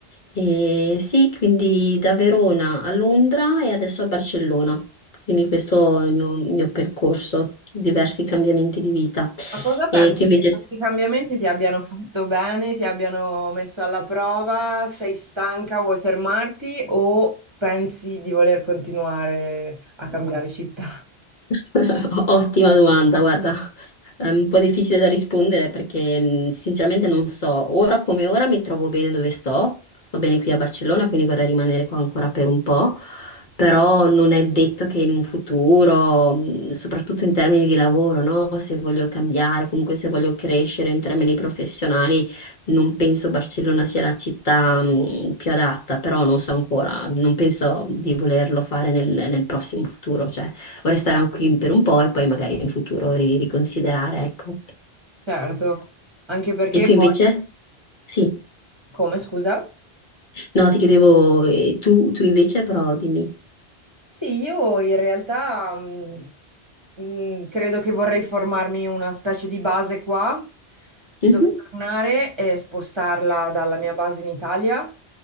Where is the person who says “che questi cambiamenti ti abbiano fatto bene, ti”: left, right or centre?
Right